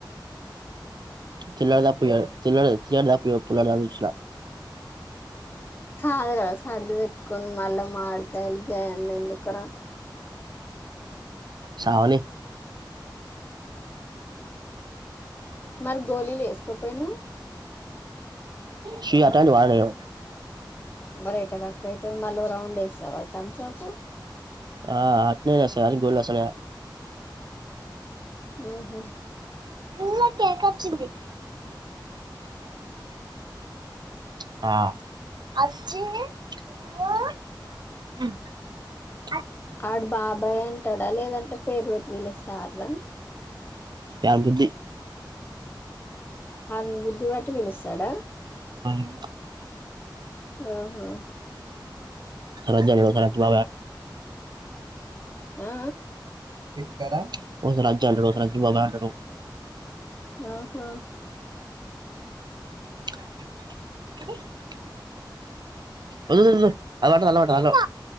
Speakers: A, on the right; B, on the left.
A: చిల్లడ దా పోయ చిల్ల చిల్లడ దా పోయ పొలాల్లో చూసిన
B: కాదు సర్దు పెట్టుకొని మళ్ళా మాడ్ <inaudible> ఎందుకురా
A: సావని
B: మరి గోళీలు వేసుకోపోయినవు
A: చి అట్లాంటివి వాడను నేను
B: బర ఎట్ట తక్కువైతది మళ్ళ ఓ రౌండ్ వేస్తావా తమ్సప్
A: ఆ అట్నేనా స అని గుల్ అసలే
B: ఆహ
A: ఇందులో కేక్ వచ్చింది ఆ
B: ఆడ బాబాయ్ అంటాడా లేదంటే పేరు పెట్టి విలుస్తారు
A: ఎ గుద్ది
B: అ బుద్ధి పట్టి పిలుస్తాడా
A: అ
B: హ్మ్ హు
A: సర జర <inaudible> చేసినట్లు
B: ఆ
A: ఇక్కడ ఒక రాజా ఉంటాడు <inaudible>
B: ఆహా
A: <inaudible>
B: అ
A: వదులు వదులు ఆల్అవుట్ ఆల్అవుట్ ఆల్అవుట్